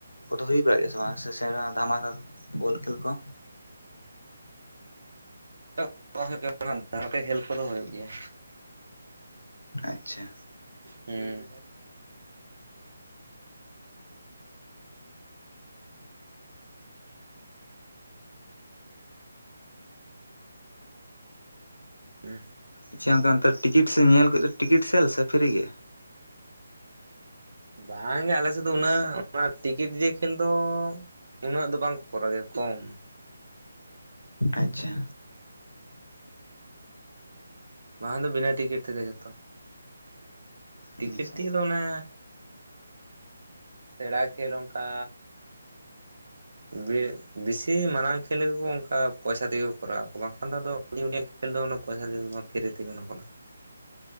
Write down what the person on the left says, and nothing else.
ᱫᱚ ᱦᱩᱭ ᱵᱟᱲᱟᱜ ᱜᱮᱭᱟ ᱥᱮ ᱵᱟᱝ? ᱥᱮ ᱥᱮ ᱫᱷᱟᱢᱟᱠᱟ ᱵᱚᱞ ᱠᱷᱮᱞ ᱠᱚ?
ᱟᱪᱪᱷᱟ
ᱟᱪᱪᱷᱟ ᱚᱱᱠᱟ ᱴᱤᱠᱤᱴ ᱥᱮ ᱧᱮᱞ ᱠᱚ ᱴᱤᱠᱤᱴ ᱥᱮᱞ ᱥᱮ ᱯᱷᱤᱨᱤ ᱜᱮ?
ᱟᱪᱪᱷᱟ,
ᱟᱪᱪᱷᱟ